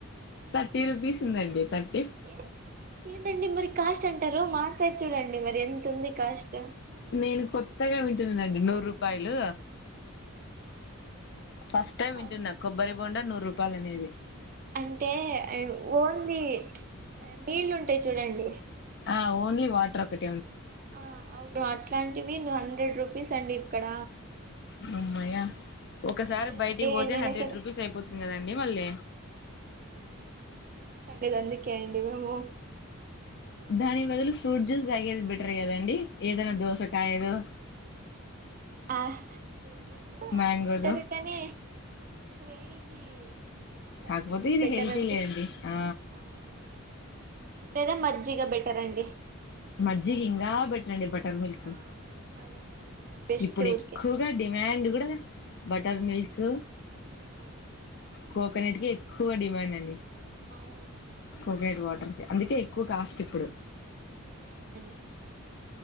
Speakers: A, on the left; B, on the right.
A: త్రీ రూపీస్ ఉందండి తట్
B: ఏ ఏంటండి మరి కాస్ట్ అంటారు మా సైడ్ చూడండి మరి ఎంత ఉంది కాస్ట్
A: నేను కొత్తగా వింటున్నానండి నూరు రూపాయలు ఫస్ట్ టైమ్ వింటున్నా
B: అవును
A: కొబ్బరి బోన్ నూరు ప్పాలనేది
B: అంటే ఓన్లీ నీళ్ళుంటాయి చూడండి
A: ఆ ఓన్లీ వాటర్ ఒకటీ
B: ఆ అవును అట్లాంటివి నువ్వు హండ్రెడ్ రూపీస్ అండి ఎక్కడ
A: హమ్మయ్య ఒకసారి
B: చేయాలండి
A: బయటికి పోతే
B: నేను
A: హండ్రెడ్
B: అసలు
A: రూపీస్ అయిపోతుంది కదండి మళ్ళీ
B: అంటేకదికాంటి కుడా పోమ్
A: దాని బదులు ఫ్రూట్ జూస్ తాగేది బెట్ కదండి ఏదైనా దోశ కాయలో
B: ఆ ఫ్రూట్ జ్యూస్
A: మ్యాంగోదో
B: అది బెటర్ కానీ వేడికి కొంచెం
A: కాకపోతే ఇది
B: బెటర్
A: హెల్తీ
B: అనిపిస్తుంది
A: లేండి ఆ
B: అవునండి లేదా మజ్జిగ బెటర్ అండి
A: మజ్జిగ
B: దానికన్నా
A: ఇంకా బెటర్ అండి బటర్ మిల్క్
B: ఆ అదే మరి బెస్ట్
A: ఇప్పుడు
B: ఊరికే
A: ఎక్కువగా డిమాండ్ కూడ బటర్ మిల్క్
B: ఆ
A: కోకోనట్ కి ఎక్కువ డిమాండ్ అండి
B: అవును
A: <unintelligible> అందుకే ఎక్కువ కాస్ట్ ఇప్పుడు
B: అవునండి